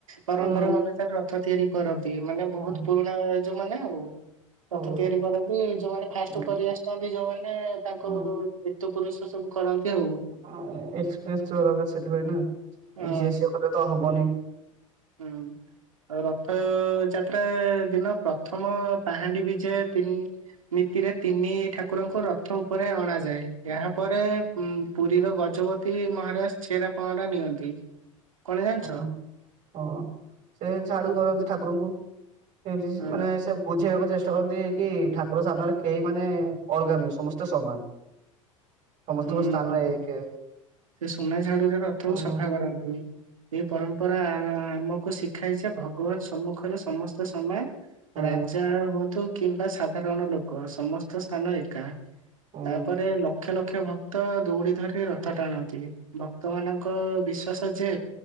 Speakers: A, on the right (about 80°); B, on the right (about 45°).
A: ପରମ୍ପରା
B: ଉଁ
A: ଅନୁସାରେ ରଥ ତିଆରି କରନ୍ତି ମାନେ ବହୁତ
B: ହୁଁ
A: ପୁରୁଣା ଏ ଯୋଉ ମାନେ ଆଉ।
B: ହଉ
A: ରଥ ତିଆରି
B: ହଉ।
A: କରନ୍ତି ଯୋଉମାନେ ଫାଷ୍ଟ
B: ଉଁ
A: କରି ଆସିଛନ୍ତି ଯୋଉମାନେ ତାଙ୍କରୁ
B: ଉଁ
A: ସାତ ପୁରୁଷ ସବୁ କରନ୍ତି ଆଉ।
B: ହଁ ଏକ୍ସପିରିଏନ୍ସ ଥିବା ଦରକାର ସେଥିପାଇଁ ନା
A: ଅ
B: ଯିଏ ସିଏ କଲେ ତ ହବନି।
A: ହୁଁ। ରଥ ଯାତ୍ରା ଦିନ ପ୍ରଥମ ପାହାଣ୍ଡି ବିଜୟ ତିନି ନୀତିରେ ତିନି ଠାକୁ ଠାକୁରଙ୍କୁ ରଥ ଉପରେ ଅଣାଯାଏ ଏହାପରେ ପୁରୀର ଗଜପତି ମହାରାଜ। ଛେରା ପାହଁରା ନିଅନ୍ତି। କଣ ଜାଣିଛ?
B: ହଁ ହଁ ସେ ଝାଡୁ କରନ୍ତି ଠାକୁରଙ୍କୁ ଯେମତି
A: ଅ
B: ମାନେ ସେ ବୁଝେଇବାକୁ ଚେଷ୍ଟା କରନ୍ତି କି ଠାକୁର ସାମ୍ନାରେ କେହି ମାନେ ଅଲଗା ନୁହଁ ସମସ୍ତେ ସମାନ। ସମସ୍ତଙ୍କ
A: ହୁଁ
B: ସ୍ଥାନ
A: ହୁଁ
B: ଏକେ
A: ସେ ସୁନା ଝାଡୁରେ ରଥକୁ
B: ଉଁ
A: ସଫା କରନ୍ତି। ଏଇ ପରମ୍ପରା ଆମକୁ ଶିଖାଇଛି ଭଗବାନ ସମ୍ମୁଖରେ ସମସ୍ତେ ସମାନ।
B: ହୁଁ
A: ରାଜା ହୁଅନ୍ତୁ କିମ୍ବା ସାଧାରଣ ଲୋକ ସମସ୍ତ ସ୍ଥାନ ଏକା।
B: ହୁଁ
A: ତାପରେ ଲକ୍ଷ ଲ କ୍ଷ ଭକ୍ତ ଦୌଡି ଧରି ରଥ ଟାଣନ୍ତି ଭକ୍ତ ମାନଙ୍କ ବିଶ୍ଵାସ ଯେ।